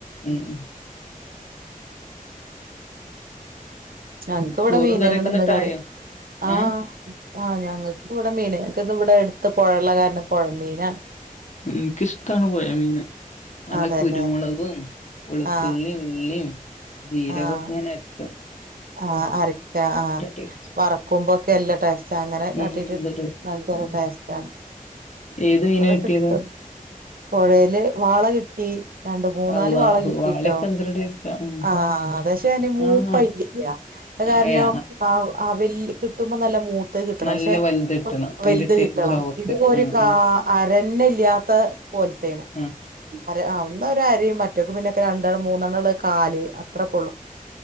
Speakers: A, on the left (about 55°); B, on the right (about 85°).
A: ഉം
B: ഞങ്ങക്ക് ഇവിടെ
A: ചോറും
B: മീനങ്ങന്ന്
A: കറിയൊക്കെ ന്നിട്ടായോ
B: ഇന്ന് കറി ആഹ്
A: ഏഹ്
B: ആഹ് ഞങ്ങ ക്ക്‌ ഇവിടെ മീൻ ഞങ്ങക്ക് ഇവിടെ അടുത്ത പുഴള്ള കാരണം പുഴ മീനാണ്
A: എനിക്കിഷ്ടാണ് പുഴ മീൻ നല്ല
B: അതെല്ലേ
A: കുരുമുളകും വെളുത്തുള്ളീം
B: ആഹ്
A: ഉള്ളിയും ജീരകൊക്കെ
B: ആഹ്
A: ഇങ്ങനെ അരച്ച
B: ആഹ് അരക്ക ആഹ്
A: ടേസ്റ്റ്
B: വറക്കുമ്പോക്കെ അല്ലെ ടെസ് റ്റ അങ്ങനെ
A: ഉം
B: കട്ടിട്ട്
A: എന്ത് ടേസ്റ്റ്
B: നല്ലരു
A: ഉം
B: ടേസ്റ്റ് ആണ്
A: ഏത് മീനാ
B: കൊറേ
A: കിട്ടിയത്
B: കിട്ടു പുഴയില് വാള കിട്ടി രണ്ട് മൂന്നാല്
A: അള്ളാഹു
B: വാള കിട്ടിട്ടോ
A: വാളൊക്കെ എന്തൊരു ടേസ്റ്റാ ഉം
B: ആഹ് പക്ഷേ അത് മൂപ്പായിട്ടി
A: ആഹ്
B: ല്ല അത് കാരണം
A: അയാ
B: ആഹ് ആഹ് വല്യ കിട്ടുമ്പോ നല്ല മൂത്തത് കിട്ടണം
A: നല്ല
B: പക്ഷെ
A: വലുത്
B: ഇപ്പ
A: കിട്ടണം അയിന്റെ
B: വലുത്
A: ടെ
B: കിട്ടണം
A: ചൊവക്ക്
B: ഇത് ഒരു
A: ആഹ്
B: കാ
A: ആഹ്
B: അരന്ന ഇല്ലാത്ത പോലത്തെയാണ്
A: ഉം
B: അര അഹ് ഒന്ന് ഒരു അരയും മറ്റോക്കെ പിന്നൊക്കെ രണ്ടെണ് മൂന്നെണ്ണ ഉള്ള കാല് അത്ര കൊള്ളും